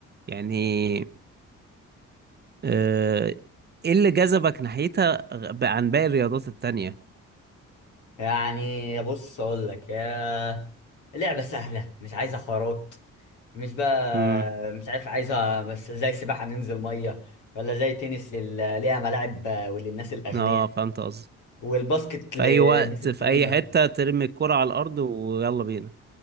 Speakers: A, on the right; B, on the left.
A: يعني آه، إيه اللي جذبك ناحيتها غ- عن باقي الرياضات التانية؟
B: يعني بص اقول لك يا لعبه سهله مش عايزه حوارات مش بقى
A: امم
B: مش عارف عايزه بس زي سباحه ننزل ميه ولا زي تنس لل... ليها ملاعب وللناس الاغنياء
A: اه فهمت قصدي
B: والباسكت
A: في
B: للناس
A: أي وقت
B: الطويله
A: في أي حتة ترمي الكرة على الأرض ويلا بينا